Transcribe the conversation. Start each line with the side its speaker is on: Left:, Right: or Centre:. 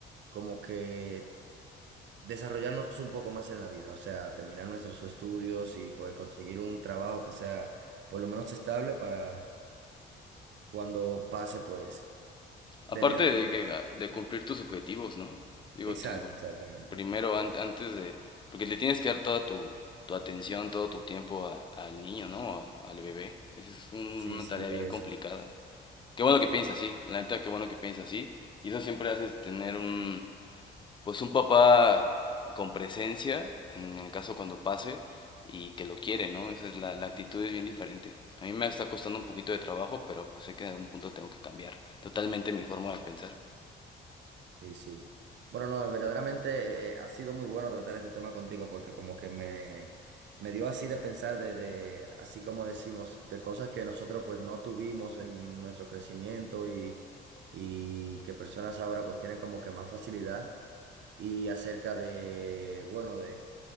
Right: como que desarrollarnos un poco más en la vida, o sea, terminar nuestros estudios y pues conseguir un trabajo que sea por lo menos estable para cuando pase, pues
Left: Aparte
Right: tener como...
Left: de, que, ah, de cumplir tus objetivos, ¿no? Digo,
Right: Exacto,
Left: tus,
Right: exactamente.
Left: primero an- antes de... Porque le tienes que dar toda tu, tu atención, todo tu tiempo a- al niño, ¿no? A- al bebé. Esa es un-
Right: Sí,
Left: una
Right: sí,
Left: tarea
Right: por
Left: bien
Right: eso.
Left: complicada. Qué bueno que piensa así, la neta, qué bueno que piensa así. Y eso siempre hace tener un, pues un papá con presencia, en el caso cuando pase, y que lo quiere, ¿no? Esa es la, la actitud es bien diferente. A mí me está costando un poquito de trabajo, pero pues sé que en algún punto tengo que cambiar totalmente mi forma de pensar.
Right: Sí, sí. Bueno, no, eh, verdaderamente eh, eh, ha sido muy bueno tratar este tema contigo porque como que me, me dio así de pensar de, de, así como decimos, de cosas que nosotros pues no tuvimos en nuestro crecimiento y, y que personas ahora pues tienen como que más facilidad y acerca de, bueno, de